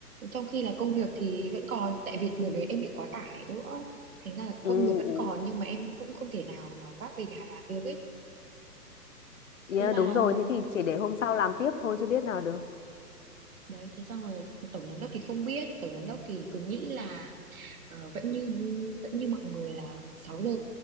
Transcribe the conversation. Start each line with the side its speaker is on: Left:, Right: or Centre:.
Right: trong khi là công việc thì vẫn còn tại vì đợt đấy em bị quá tải nữa thành ra là
Left: ừ
Right: công việc vẫn
Left: ừ
Right: còn nhưng mà em cũng không thể nào mà vác về nhà làm được ấy
Left: Yeah,
Right: thế là
Left: đúng rồi, thế thì chỉ để hôm sau làm tiếp thôi chứ biết nào được.
Right: đấy thế xong rồi tổng giám đốc thì không biết tổng giám đốc thì cứ nghĩ là Ờ, vẫn như vẫn như mọi người là 6 giờ